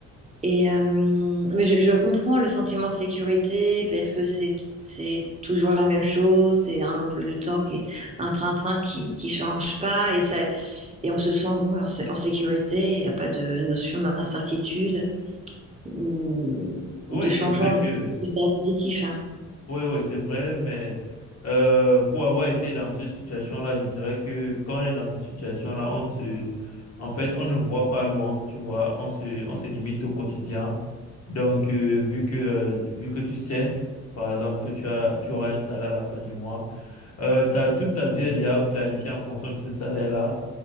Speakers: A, on the right (about 25°); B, on the left (about 55°).
A: Et euh, mais je, je comprends le sentiment de sécurité parce que c'est c'est toujours la même chose, c'est un emploi du temps qui est un train-train qui qui change pas et ça et on se sent bon et en, sé- en sécurité, il n'y a pas de notion d'incertitude ou,
B: Oui,
A: ou de changeant,
B: c'est vrai
A: parce
B: que
A: que c'est très positif. hein.
B: Oui, oui, c'est vrai, mais euh, pour avoir été dans cette situation-là, je dirais que quand on est dans cette situation-là, on se, en fait, on ne voit pas loin, tu vois, on se, on se limite au quotidien. Donc, euh, vu que, euh, vu que tu sais, par exemple, que tu as, tu auras un salaire à la fin du mois, euh, ta- toute ta vie, elle est déjà planifiée en fonction de ce salaire-là.